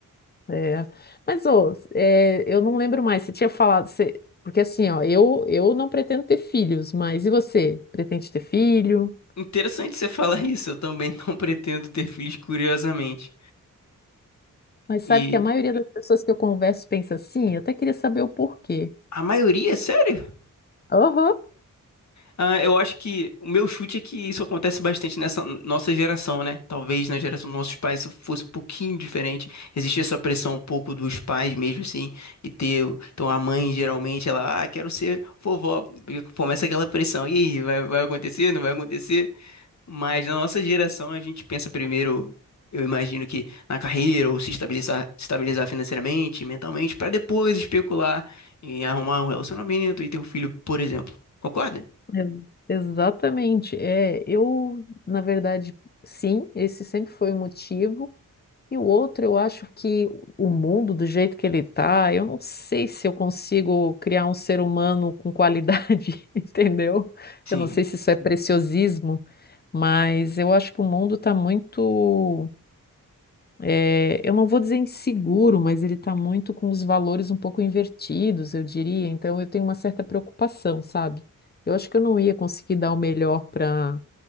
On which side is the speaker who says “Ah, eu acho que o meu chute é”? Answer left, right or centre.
Left